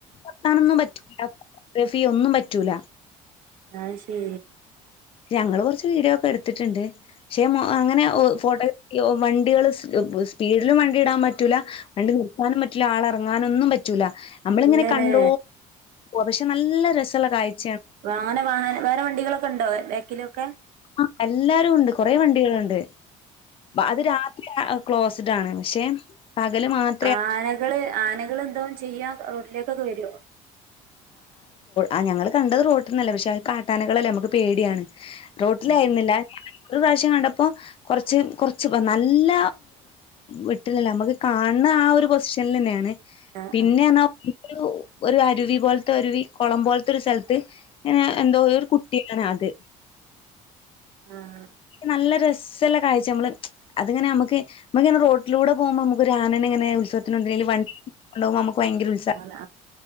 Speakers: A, on the left; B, on the right.
A: ത്താനൊന്നും പറ്റൂല ഫോട്ടോഗ്രഫി ഒന്നും പറ്റൂല
B: അത് ശരി
A: ഞങ്ങള്ൾ കുറച്ച് വീഡിയോ ഒക്കെ എടുത്തിട്ടുണ്ട് പക്ഷെ അങ്ങനെ ഫോട്ട വണ്ടികൾ സ്പീഡിലും വണ്ടി ഇടാൻ പറ്റൂല വണ്ടി നിൽക്കാനും പറ്റില്ല ആള ഇറങ്ങാനൊന്നും പറ്റൂല നമ്മളിങ്ങനെ
B: ഇല്ലല്ലേ
A: കണ്ട പക്ഷെ നല്ല രസമല്ല കാഴ്ച
B: അങ്ങനെ വാഹന വേറെ വണ്ടികളൊക്കെ ഉണ്ടോേ ബാക്കിലൊക്കെ
A: ആ എല്ലാരും ഉണ്ട് കൊറെേ വണ്ടികളുണ്ട് അത് ക്ലോസ്ഡ് ആണ് പക്ഷെ പകല് മാത്രം
B: ആനകള് ആനകൾ എന്തോും ചെയ്യാ റോട്ടിലേക്കൊക്കെ വരുമോ
A: ആ ഞങ്ങള്ൾ കണ്ടത് റോട്ടിൽന്നല്ലേ പക്ഷെ ആ കാട്ടാനകളല്ലേ നമുക്ക് പേടിയാണ് റോട്ടില
B: ആഹ്
A: ആായിരുന്നില്ല ഒരു പ്രാവശ്യം കണ്ടപ്പോ കുറച്ച് കൊറച്ച് നല്ല വിട്ടിലല്ല നമ്മുക്ക് കാണുന്ന ആ ഒരു പൊസിഷനിൽ തന്നെയാണ്
B: ആഹ്
A: പിന്നൊ
B: ആഹ്
A: ഒരു അരുവി പോലത്തെ ഒരുരുവി കുളം പോലത്തെ ഒരു സ്ഥലത്ത് ഇങ്ങനെ എന്തോ ഒരു കുട്ടിയാണ് അത്
B: ആഹ
A: നല്ല രസം ഉള്ള കാഴ്ച്ച് നമ്മള് അത്ങ്ങനെ നമ്മുക്ക് നമ്മൾ റൊട്ടിലൂടെ പോകുമ്പോ ആന ങ്ങനെ ഉത്സവത്തിന് എന്തിനെങ്കിലും കൊണ്ടുപോകുമ്പോൾ വണ്ടിയിൽ കൊണ്ട് പോകുമ്പോ നമക്ക് ഭയങ്കര ഉത്സാഹം അല്ലെ
B: അങ്ങെ